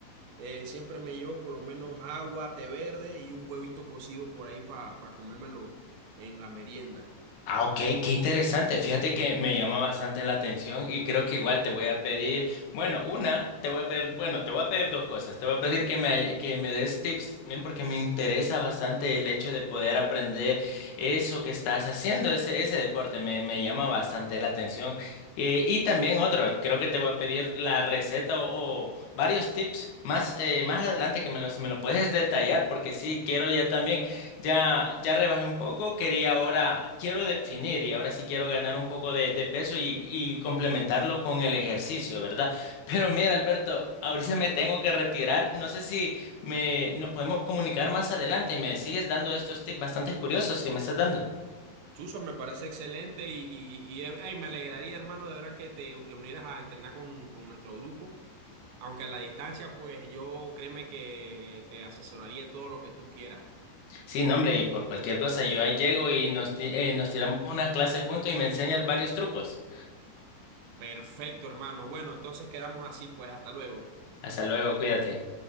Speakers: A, on the right (about 80°); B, on the left (about 70°).
A: eh, siempre me llevo por lo menos agua, té verde y un huevito cocido por ahí para comérmelo en la merienda.
B: Ah, ok, qué interesante. Fíjate que me llama bastante la atención y creo que igual te voy a pedir, bueno, una, te voy a pedir, bueno, te voy a pedir dos cosas. Te voy a pedir que me, que me des tips también porque me interesa bastante el hecho de poder aprender eso que estás haciendo, ese, ese deporte, me, me llama bastante la atención. Eh, y también otro, creo que te voy a pedir la receta o, o varios tips más, eh, más adelante que me lo, si me lo puedes detallar porque sí, quiero ya también. Ya, ya rebajé un poco, quería ahora, quiero definir y ahora sí quiero ganar un poco de, de peso y, y complementarlo con el ejercicio, ¿verdad? <laughs> Pero mira, Alberto, ahorita me tengo que retirar. No sé si me, nos podemos comunicar más adelante y me sigues dando estos tips bastante curiosos que me estás dando.
A: Chuso, me parece excelente y, y- y, eh, ey, me alegraría, hermano, de verdad que te que unieras a entrenar con, con nuestro grupo. Aunque a la distancia, pues yo créeme que te asesoraría en todo lo que tú quieras.
B: Sí, no, hombre, y por cualquier cosa, yo ahí llego y nos, ti- eh, nos tiramos unas clases juntos y me enseñas varios trucos.
A: Perfecto, hermano. Bueno, entonces quedamos así, pues hasta luego.
B: Hasta luego, cuídate.